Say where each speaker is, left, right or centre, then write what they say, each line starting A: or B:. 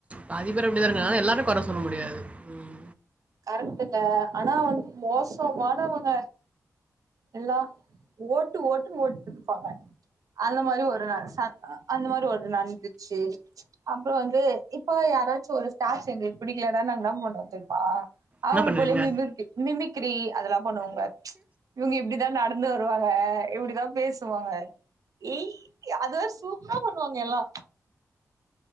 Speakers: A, on the right; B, on the right.
A: பாதிபேரு அப்டிதானுங்க ஆனா எல்லாரும் கொற சொல்ல முடியாது ம்.
B: கரெக்டுங்க ஆனா வந்து மோசமானவங்க எல்லா ஓட்டு ஓட்டுன்னு ஓட்டுட்டு இருப்பாங்க அந்த மாதிரி ஒரு நாள் சார் அந்த மாதிரி ஒரு நடந்துச்சு அப்றம் வந்து இப்போ யாராச்சும் ஒரு ஸ்டாப் எங்களுக்கு புடிக்கலன்னா நாங்க நம்ப பண்ணுவோம் தெரிமா அவுங்க
A: என்ன பண்ணுவீங்க
B: போலயே இன்னொருத்தி மிமிகிரி அதெல்லா பண்ணுவாங்க இவுங்க இப்டிதான் நடந்து வருவாங்க இப்டிதா பேசுவாங்க ஏய் அதுவேர சூப்ரா பண்ணுவாங்க எல்லா